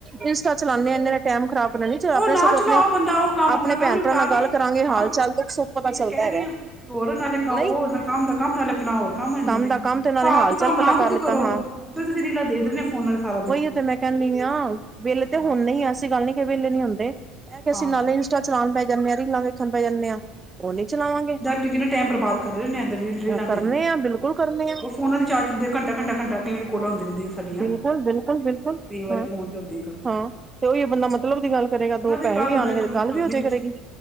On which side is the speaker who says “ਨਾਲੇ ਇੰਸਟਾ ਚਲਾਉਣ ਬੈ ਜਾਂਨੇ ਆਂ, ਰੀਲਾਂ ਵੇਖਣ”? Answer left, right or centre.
Right